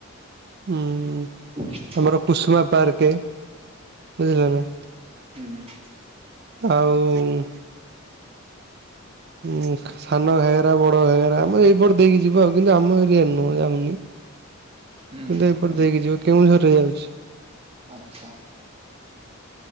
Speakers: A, on the right (about 50°); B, on the right (about 25°).
A: ହୁଁ
B: ହ <unintelligible>
A: ଆମର କୁଷୁମା ପାର୍କ ବୁଝିଲ ନା?
B: ହୁଁ।
A: ଆଉ ଉଁ ଖ ସାନ ଘାଗେରା, ବଡ଼ ଘାଗେରା, ମାନେ ଏଇପଟ ଦେଇକି ଯିବ ଆଉ କିନ୍ତୁ, ଆମ ଏରିଆରେ ନୁହଁ ଯାଉନି।
B: ହୁଁ
A: କିନ୍ତୁ ଏପଟେ ଦେଇକି ଯିବ, କେଉଁଝରରେ ଯାଉଛି।
B: ଆଚ୍ଛା।